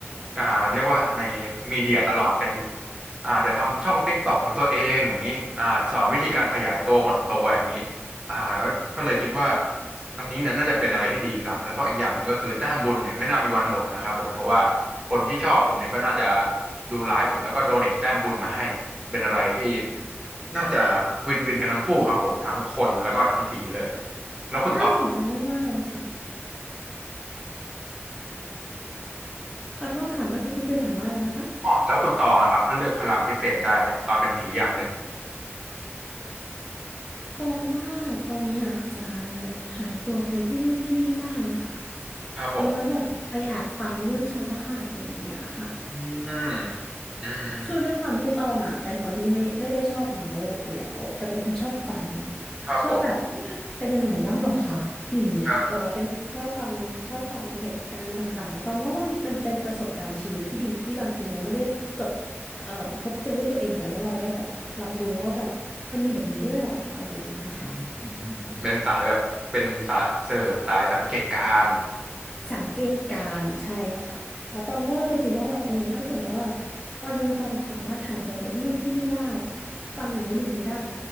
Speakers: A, on the right (about 15°); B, on the left (about 20°).
A: อ่าเรียกว่าในมีเดียตลอดเป็นอาจจะทำช่อง TikTok ของตัวเองอย่างนี้อ่าสอนวิธีการขยายตัวหดตัวอย่างนี้ อ่าก็ก็เลยคิดว่าอันนี้นี่น่าจะเป็นอะไรที่ดีครับแล้วก็อีกอย่างหนึ่งก็คือแต้มบุญเนี่ยไม่น่ามีวันหมดนะครับผมเพราะว่าคนที่ชอบผมเนี่ยก็น่าจะดูไลฟ์ผมแล้วก็โดเนทแต้มบุญมาให้เป็นอะไรที่น่าจะวินวินกันทั้งคู่ครับผมทั้งคนแล้วก็ทั้งผีเลยแล้วคุณตอง
B: น่าสนใจมากๆเลยค่ะขอโทษค่ะเมื่อกี้คุณฟิลถามว่าอะไรนะคะ
A: อ๋อแล้วคุณตองล่ะครับถ้าเลือกพลังพิเศษได้ตอนเป็นผีอย่างหนึ่ง
B: ตองว่าตองอยากจะหายตัวไปที่นู่นที่นี่ได้ค่ะ
A: ครับผม
B: เอาไว้แบบไปแอบฟังเรื่องชาวบ้านอะไรอย่างเงี้ยค่ะ
A: อืมอืมอืม
B: คือด้วยความที่ตองอ่ะเป็นคนที่ไม่ไม่ได้ชอบเมาส์อยู่แล้วแต่เป็นคนชอบฟัง
A: ครับผม
B: ชอบแบบเอ๊ะเป็นยังไงบ้างหรอคะอย่างเงี้ยแบบว่าเป็นคนที่ชอบฟังชอบฟังเหตุการณ์ต่างๆตองว่ามันมันเป็นประสบการณ์ชีวิตที่ดีที่บางทีเราไม่ได้จบเอ่อพบเจอด้วยตัวเองแต่ว่าเราได้แบบรับรู้ว่าแบบมันมีแบบนี้ด้วยหรออะไรอย่างเงี้ยค่ะ
A: ครับอืมเป็นสายแบบเป็นสาย observe สายสังเกตการณ์
B: สังเกตการณ์ใช่ค่ะแล้วตองก็เลยคิดว่าแบบเออถ้าเกิดว่าแบบวันหนึ่งตองสามารถหายตัวไปที่นู่นที่นี่ได้ฟังอย่างนู้นอย่างนี้ได้